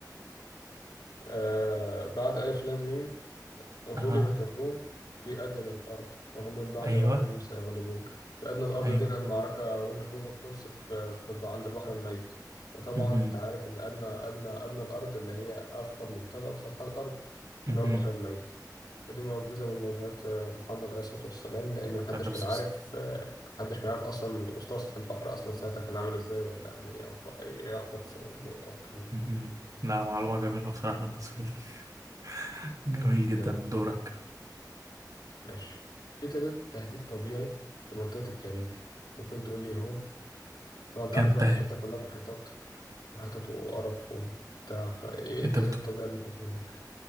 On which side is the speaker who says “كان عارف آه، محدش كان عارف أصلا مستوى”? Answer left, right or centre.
Left